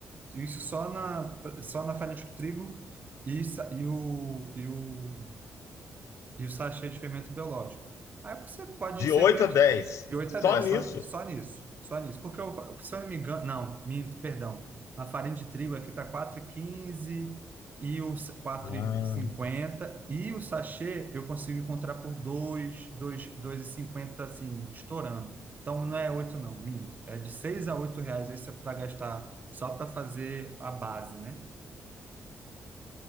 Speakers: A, on the right; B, on the left.
A: Isso só na, só na farinha de trigo e, sa- e o, e o e o sachê de fermento biológico. Aí você pode
B: de
A: ser
B: 8
A: criativo
B: a 10.
A: de 8
B: Só
A: a 10
B: nisso.
A: só, só nisso, só nisso. Porque, eu, fa- se eu não me engano, não, minto, perdão, a farinha de trigo aqui está quatro e quinze e o sa- quatro
B: Ah,
A: e cinquenta e o sachê eu consigo encontrar por dois dois dois e cinquenta assim, estourando. Então não é 8 não, minto, é de 6 a 8 reais aí para gastar só para fazer a base, né?